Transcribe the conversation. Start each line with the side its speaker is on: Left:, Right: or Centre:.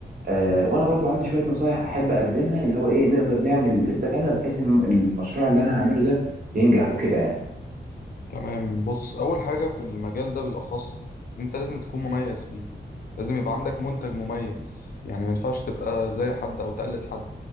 Right: آه،
Left: مم.
Right: وانا برضو عندي شويه نصايح احب اقدمها اللي هو ايه نقدر نعمل لسته كامله بحيث إن المشروع اللي انا هعمله ده ينجح وكده يعني
Left: تمام بص أول حاجة في المجال ده بالأخص إن أنت لازم تكون مميز فيه لازم يبقى عندك منتج مميز يعني ما ينفعش تبقى زي حد أو تقلد حد